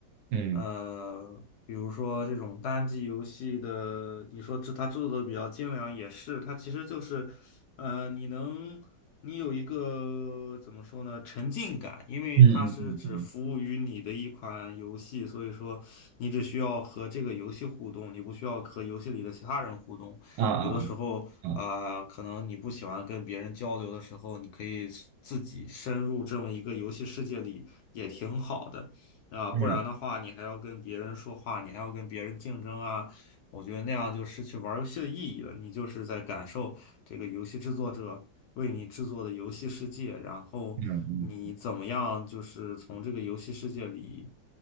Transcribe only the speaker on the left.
呃，比如说这种单机游戏的，你说制它制作的比较精良也是，它其实就是，呃，你能你有一个怎么说呢，沉浸感，因为它是只服务于你的一款游戏，
所以说你只需要和这个游戏互动，你不需要和游戏里的其他人互动。
有的时候啊、
可能你不喜欢跟别人交流的时候，你可以自己深入这么一个游戏世界里，也挺好的啊、不然的话，
你还要跟别人说话，你还要跟别人竞争啊，我觉得那样就失去玩游戏的意义了。你就是在感受这个游戏制作者为你制作的游戏世界，然后你怎么样，
就是从这个游戏世界里。